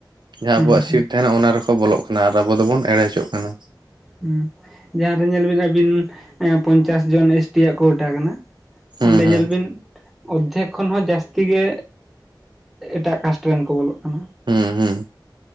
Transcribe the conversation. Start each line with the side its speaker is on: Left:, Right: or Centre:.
Right: ᱡᱟᱦᱟᱸ
Centre: ᱦᱩᱸ
Right: ᱟᱵᱩᱣᱟᱜ
Centre: ᱦᱩᱸ
Right: ᱥᱤᱴ ᱛᱟᱦᱮᱸᱱᱟ ᱚᱱᱟ ᱨᱮᱠᱚ ᱵᱚᱞᱚᱜ ᱠᱟᱱᱟ ᱟᱨ ᱟᱵᱚ ᱫᱚᱵᱚᱱ ᱮᱲᱮ ᱚᱪᱚᱜ ᱠᱟᱱᱟ᱾
Centre: ᱦᱩᱸᱻ᱾ ᱡᱟᱦᱟᱸᱨᱮ ᱧᱮᱞ ᱵᱤᱱ ᱟᱵᱤᱱ ᱯᱚᱧᱪᱟᱥ ᱡᱚᱱ ᱮᱥᱴᱤᱭᱟᱜ ᱠᱳᱴᱟ ᱠᱟᱱᱟ,
Right: ᱦᱩᱸ
Centre: ᱚᱸᱰᱮ
Right: ᱦᱩᱸ
Centre: ᱧᱮᱞ ᱵᱤᱱ ᱚᱨᱫᱷᱮᱠ ᱠᱷᱚᱱ ᱦᱚᱸ ᱡᱟᱹᱥᱛᱤ ᱜᱮ, ᱮᱴᱟᱜ ᱠᱟᱥᱴ ᱨᱮᱱ ᱠᱚ ᱵᱚᱞᱚᱜ ᱠᱟᱱᱟ᱾
Right: ᱦᱮᱸᱻ ᱦᱩᱸ